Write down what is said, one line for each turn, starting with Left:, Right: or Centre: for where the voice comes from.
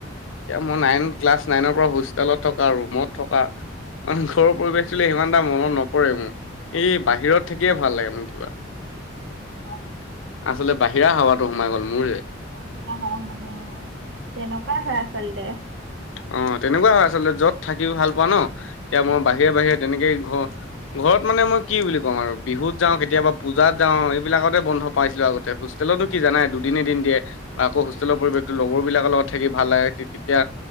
Left: এতিয়া মই নাইন, ক্লাছ নাইনৰ পৰা হোষ্টেলত থকা, ৰুমত থকা, ঘৰৰ পৰিৱেশতোলে সিমান এটা মনত নপৰে মোৰ। এই বাহিৰত থাকিয়ে ভাল লাগে মোৰ কিবা।
Right: হয়।
Left: আচলতে বাহিৰা হাৱাতো সোমাই গ'ল মোৰ যে
Right: বাহিৰা হাৱা মানে অ তেনেকুৱাই হয় আচলতে।
Left: অ তেনেকুৱা হয় আচলতে যত থাকি ভাল পোৱা ন, এতিয়া মই
Right: এ
Left: বাহিৰে বাহিৰে তেনেকেই ঘৰ ঘৰত মানে মই কি বুলি কম আৰু বিহুত যাওঁ, কেতিয়াবা পূজাত যাওঁ, এইবিলাকতে বন্ধ পাইছিলো আগতে হুষ্টে হোষ্টেলতো কি জানাই দুদিনে এদিন দিয়ে বা আকৌ হোষ্টেলৰ পৰিৱেশো লগৰ বিলাকৰ লগত থাকি ভাল লাগে। তেতিয়া